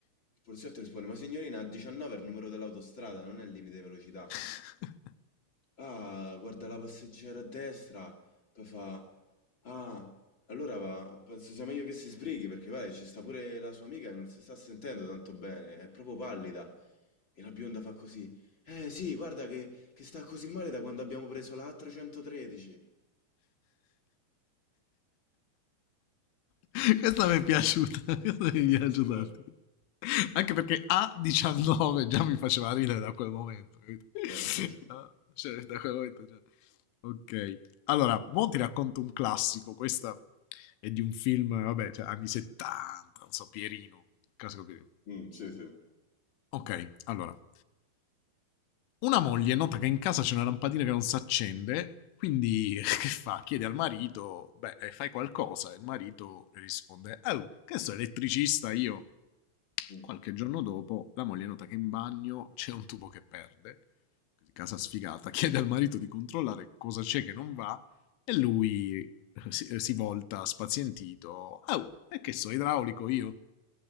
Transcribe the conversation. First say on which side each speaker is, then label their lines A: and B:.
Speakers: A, on the left (about 35°); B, on the left (about 75°).
A: Il poliziotto risponde, ma signorina, a 19 è il numero dell'autostrada, non è il limite di velocità.
B: <laughs>
A: Ah, guarda la passeggera a destra, poi fa... Ah, allora va, penso sia meglio che si sbrighi perché guarda, ci sta pure la sua amica che non si sta sentendo tanto bene, è proprio pallida. E la bionda fa così. Eh sì, guarda che, che sta così male da quando abbiamo preso la A313.
B: <laughs> Questa mi è piaciuta, <laughs> questa mi
A: Questa
B: è piaciuta.
A: sì, dai.
B: un attimo. Anche perché a 19 già mi faceva ridere da quel momento. capito? <laughs>
A: Eh,
B: Ah, Cioè, da quel momento già. Ok. Allora, mo ti racconto un classico. Questa è di un film, vabbè, cioè, anni 70, non so, Pierino. Il classico Pierino.
A: mm, sì, sì.
B: Ok, allora. Una moglie nota che in casa c'è una lampadina che non si accende, quindi <laughs> che fa? Chiede al marito, beh, eh, fai qualcosa. E il marito risponde, oh, che sono elettricista io.
A: Mm.
B: Qualche giorno dopo la moglie nota che in bagno c'è un tubo che perde. Così casa sfigata <laughs> chiede al marito di controllare cosa c'è che non va e lui eh, si, eh, si volta spazientito. Oh, e che so, idraulico io.